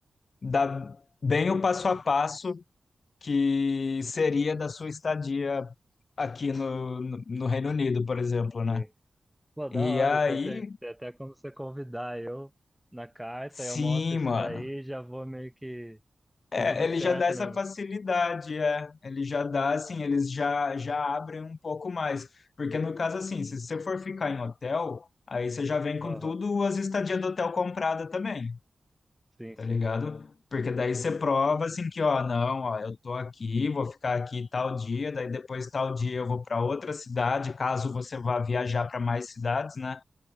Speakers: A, on the left; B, in the centre.
A: dar bem o passo a passo que seria da sua estadia aqui no, no no Reino Unido, por exemplo, né?
B: sim. Pô, da
A: E
B: hora,
A: aí,
B: então tem, tem até como você convidar eu na carta,
A: sim,
B: eu mostro isso
A: mano.
B: daí e já vou meio que
A: É,
B: com tudo
A: ele
B: certo
A: já dá essa
B: mesmo.
A: facilidade, é. Ele já dá, assim, eles já, já abrem um pouco mais. Porque no caso, assim, se você for ficar em hotel, aí você já vem com
B: Aham,
A: tudo as estadias do hotel comprada também,
B: sim,
A: tá
B: sim.
A: ligado? Porque daí você prova, assim, que, ó, não, ó, eu tô aqui, vou ficar aqui tal dia, daí depois tal dia eu vou para outra cidade, caso você vá viajar para mais cidades, né?